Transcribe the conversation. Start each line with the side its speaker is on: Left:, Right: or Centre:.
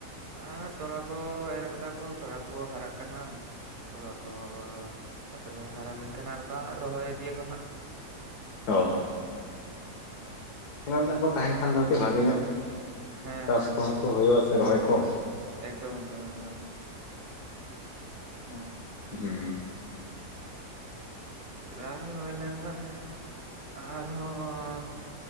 Right: ᱟᱨ ᱛᱚᱲᱟ ᱠᱚ ᱮᱨ ᱟᱠᱟᱫᱟ ᱠᱚ ᱛᱚᱲᱟ ᱠᱚ ᱦᱟᱨᱟᱜ ᱠᱟᱱᱟ ᱾ ᱛᱚᱲᱟ ᱠᱚ ᱛᱟᱯᱚᱨᱮ ᱦᱟᱨᱟ ᱞᱮᱱᱠᱷᱟᱱ ᱟᱨᱫᱟ ᱨᱚᱦᱚᱭ ᱤᱫᱤ ᱭᱟᱠᱚ ᱱᱷᱟᱜ ᱾
Left: ᱚᱻ
Right: ᱦᱮᱸ ᱾
Left: ᱠᱮᱱᱮᱞ ᱫᱟᱜ ᱠᱚ ᱛᱟᱦᱮᱱ ᱠᱷᱟᱱ ᱫᱚ ᱠᱟᱹᱴᱤᱡ ᱵᱷᱟᱜᱮ ᱧᱚᱜ
Right: ᱦᱮᱸ
Left: ᱪᱟᱥ
Right: ᱦᱮᱸ
Left: ᱠᱚᱦᱚᱸ
Right: ᱦᱮᱸ
Left: ᱛᱚ ᱦᱩᱭᱩᱜᱼᱟ ᱥᱮ ᱨᱚᱦᱚᱭ ᱠᱚ ᱾
Right: ᱮᱠᱫᱚᱢ ᱮᱠᱫᱚᱢ ᱮᱠᱫᱚᱢ ᱮᱫᱚᱢ ᱦᱮᱸ ᱾
Left: ᱦᱩᱸᱻ
Right: ᱵᱮᱲᱟ ᱨᱮ ᱨᱚᱦᱚᱭ ᱞᱮᱱᱠᱷᱟᱱ ᱟᱨᱦᱚᱸᱻ